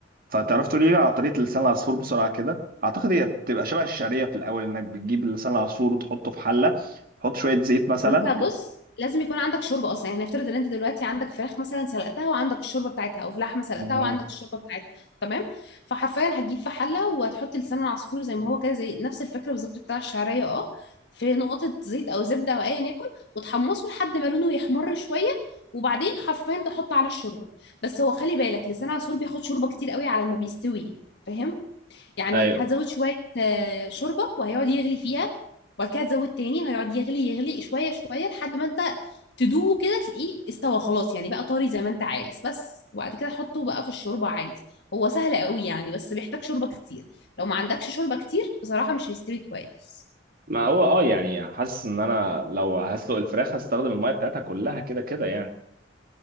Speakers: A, on the right; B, on the left.
A: فتعرف تقولي لي على طريقه لسان العصفور بسرعه كده اعتقد هي بتبقى شبه الشعريه في الاول انك بتجيب لسان العصفور وتحطه في حله تحط شويه زيت مثلا
B: ما انت
A: و-
B: بص لازم يكون عندك شوربه اصلا يعني افترض ان انت دلوقتي عندك فراخ مثلا سلقتها وعندك الشوربه بتاعتها او فلحمه سلقتها
A: آه.
B: وعندك الشوربه بتاعتها تمام فحرفيا هتجيب في حله وهتحط لسان العصفور زي ما هو كده زي نفس الفكره بالظبط بتاع الشعريه اه في نقطه زيت او زبده او ايا يكن وتحمصه لحد ما لونه يحمر شويه وبعدين حرفيا تحط عليه الشوربه بس هو خلي بالك لسان العصفور بياخد شوربه كتير قوي على ما بيستوي فاهم يعني
A: ايوه
B: هزود شويه آه، شوربه وهيقعد يغلي فيها وبعد كده تزود تاني هيقعد يغلي يغلي شويه شويه لحد ما انت تدوقه كده تلاقيه استوى خلاص يعني بقى طري زي ما انت عايز بس وبعد كده حطه بقى في الشوربه عادي هو سهل قوي يعني بس بيحتاج شوربه كتير لو ما عندكش شوربه كتير بصراحه مش هيستوي كويس
A: ما هو اه يعني حاسس ان انا لو هسلق الفراخ هستخدم الميه بتاعتها كلها كده كده يعني